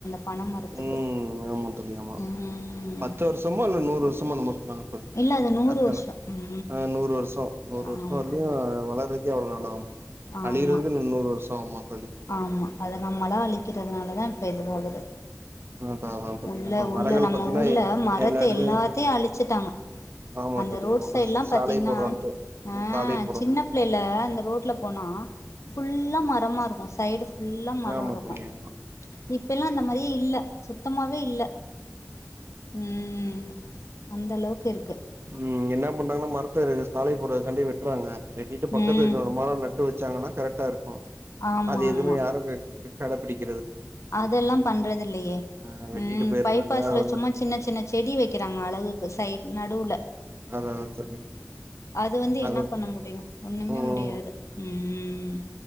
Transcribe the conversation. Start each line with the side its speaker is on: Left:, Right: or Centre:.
Left: பன மரத்துக்கு
Right: ம் ஆமா தோழி ஆமா
Left: ம்
Right: பத்து வருஷமோ
Left: ம்
Right: இல்ல நூறு வருஷமோ என்னமோ சொன்னாங்க தோழி
Left: இல்ல அது நூறு
Right: அதான
Left: வருஷ ம்
Right: ஆ நூறு வருஷ நூறு
Left: ஆமா
Right: வருஷ வரலயு
Left: ஆமா
Right: வளர்றதுக்கே அவ்வளோ நாள் ஆகு
Left: ஆமா
Right: அழியறதுக்கு இன்ன நூறு வருஷ ஆகுமாம்
Left: ஆமா அத நம்மளா அழிக்கிறதுனாலதா இப்ப இதுவாகுது
Right: அதா அதா தோழி
Left: உள்ள
Right: இப்ப
Left: உள்ள
Right: மரங்கள்
Left: நம்ம
Right: பாத்தீங்கன்னா
Left: ஊர்ல மரத்த
Right: எல்லா எடத்துலயு
Left: எல்லாத்தையு அழிச்சுட்டாங்க
Right: ஆமா
Left: அந்த
Right: தோழி
Left: ரோட்
Right: ஆமா
Left: சைட்ல்லா
Right: சாலை
Left: பாத்தீங்கன்னா
Right: போடுறோன்ட்டு
Left: ஆ
Right: சாலை போடுறோன்ட்டு
Left: சின்ன பிள்ளைல அந்த ரோட்ல போனோ ஃபுல்லா மரமா இருக்கு சைடு ஃபுல்லா மரோ
Right: ஆமா
Left: இருக்கு
Right: தோழி ஆமா
Left: இப்பல்லா அந்த மாரியே இல்ல சுத்தமாவே இல்ல ம் அந்தளவுக்கு இருக்
Right: ம் என்னா பண்றாங்கன்னா மரத்த சாலை போடுறதுக்காண்டி வெட்டுறாங்க வெட்டிட்டு பக்கத்து
Left: ம்
Right: இன்னொரு ஒரு மரோ நட்டு வச் வச்சாங்கன்னா கரெக்டா இருக்கு
Left: ஆமா
Right: அது
Left: ஆமா
Right: எதுவமே யாரு கடபிடிக்
Left: அதெல்லா பண்றதுல்லையே
Right: ஆ வெட்டிட்டு
Left: ம்
Right: போயிடுறாங்க
Left: பைப்பாஸ்ல சும்மா சின்ன சின்ன செடி வக்கிற றாங்க அழகுக்கு சைட் நடுல
Right: ஆதாதா தோழி
Left: அது வந்து என்னா
Right: அதா
Left: பண்ண முடியு ஒண்ணுமே
Right: ம்
Left: முடியாது ம்